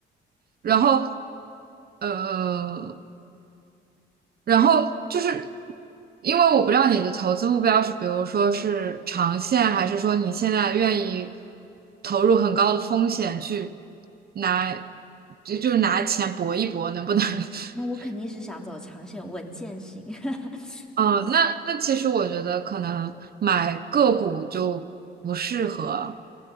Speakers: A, on the right (about 50°); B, in the centre.
A: 然后呃，然后就是因为我不知道你的投资目标是，比如说是长线，还是说你现在愿意投入很高的风险去拿，就就是拿钱搏一搏，能不能？<laughs>
B: 那我肯定是想走长线稳健型。<laughs>
A: 哦，那那其实我觉得可能买个股就不适合。